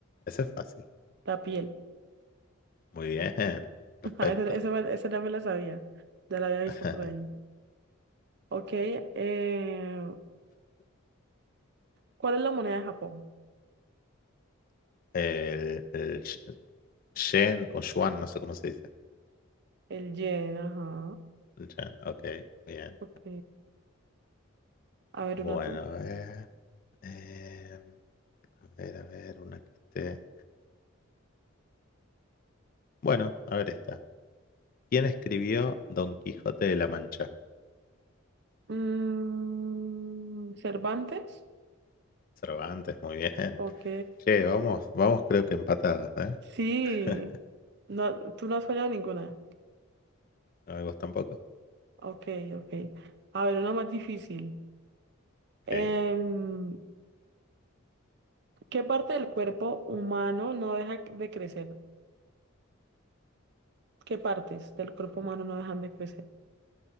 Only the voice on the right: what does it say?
la piel.
<laughs>
Ajá, Esa, esa, me- esa ya me la sabía, ya la había visto
por ahí. Ok, eh, ¿cuál es la moneda de Japón?
El yen, ajá.
Ok, a ver,
una tú.
Mm, Cervantes.
Ok,
sí,
no, tú no has fallado ninguna.
Ok, ok. A ver, una más difícil.
Em, ¿qué parte del cuerpo humano no deja de crecer? ¿Qué partes del cuerpo humano no dejan de crecer?